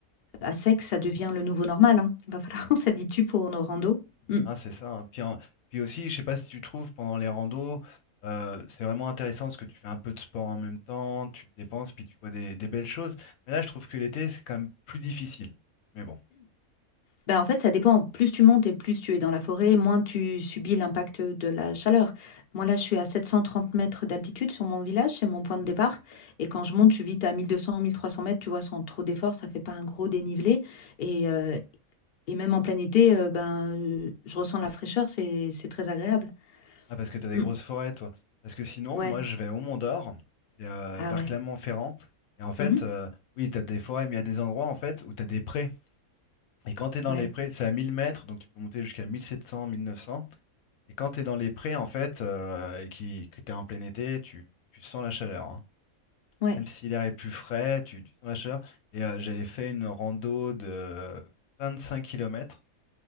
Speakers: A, on the left; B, on the left.
A: à sec, ça devient le nouveau normal, hein. Va falloir <laughs> qu'on s'habitue pour nos randos. Mm.
B: Hein, c'est ça. hein. Puis, hein, puis aussi, je sais pas si tu trouves pendant les randos, euh, c'est vraiment intéressant parce que tu fais un peu de sport en même temps, tu te dépenses, puis tu vois des, des belles choses. Mais là, je trouve que l'été, c'est quand même plus difficile. Mais bon.
A: Ben, en fait, ça dépend. Plus tu montes et plus tu es dans la forêt, moins tu subis l'impact de la chaleur. Moi, là, je suis à 730 mètres d'altitude sur mon village, c'est mon point de départ. Et quand je monte, je suis vite à 1200, 1300 mètres, tu vois, sans trop d'efforts, ça fait pas un gros dénivelé. Et, euh, et même en plein été, euh, ben, euh, je ressens la fraîcheur, c'est, c'est très agréable.
B: Ah, parce que t'as des
A: Mm.
B: grosses forêts, toi. Parce que sinon,
A: Ouais,
B: moi, je vais au Mont d'Or, c'est euh,
A: ah
B: vers
A: ouais.
B: Clermont-Ferrand. Et en fait,
A: Mhm.
B: euh, oui, t'as des forêts, mais il y a des endroits, en fait, où t'as des prés. Et quand t'es dans
A: Ouais,
B: les prés, c'est à 1000 mètres, donc tu peux monter jusqu'à mille mille sept cents, mille neuf cents. Et quand t'es dans les prés, en fait, euh, et qui, que t'es en plein été, tu, tu sens la chaleur. hein.
A: ouais.
B: Même si l'air est plus frais, tu, tu sens la chaleur. Et euh, j'avais fait une rando de 25 kilomètres.